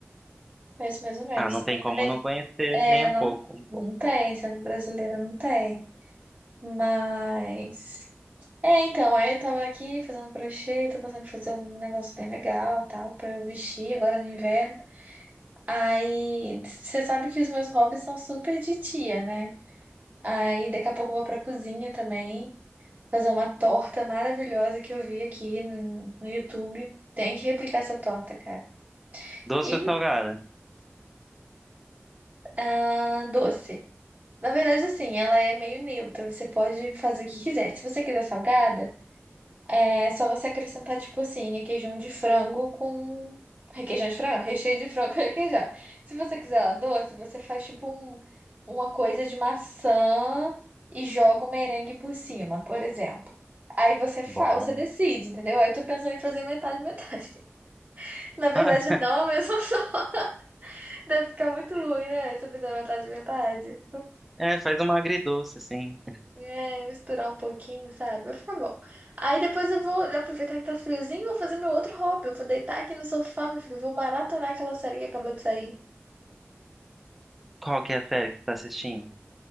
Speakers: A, on the right (about 35°); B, in the centre.
A: conheço mais ou menos.
B: Ah, não
A: Também
B: tem como
A: depende.
B: não conhecer
A: É,
B: nem
A: não,
B: um pouco. um
A: não tem, sendo brasileira não tem. Mas. É, então, aí eu tava aqui fazendo crochê, tô pensando em fazer um negócio bem legal, tal, pra eu vestir agora no inverno. Aí, você sabe que os meus hobbies são super de tia, né? Aí, daqui a pouco eu vou pra cozinha também, fazer uma torta maravilhosa que eu vi aqui no, no YouTube. Tem que replicar essa torta, cara.
B: Doce
A: E
B: ou salgada?
A: a doce. Na verdade, assim, ela é meio neutra. Você pode fazer o que quiser. Se você quiser salgada, é só você acrescentar, tipo assim, requeijão de frango com. Requeijão de frango, recheio de frango com requeijão. Se você quiser ela doce, você faz, tipo, um- uma coisa de maçã e joga um merengue por cima, por exemplo. Aí você faz,
B: Bom.
A: você decide,
B: <laughs>
A: entendeu? Aí eu tô pensando em fazer metade, metade. <laughs> Na verdade,
B: Ah,
A: não é a mesma <laughs> Deve ficar muito ruim, né? Se eu fizer metade, metade.
B: é, faz uma agridoce, assim.
A: É, misturar um pouquinho, sabe? Vai ficar bom. Aí depois eu vou aproveitar que tá friozinho e vou fazer meu outro hobby. Eu vou deitar aqui no sofá, meu filho. Vou maratonar aquela série que acabou de sair.
B: Qual que é a série que você tá assistindo?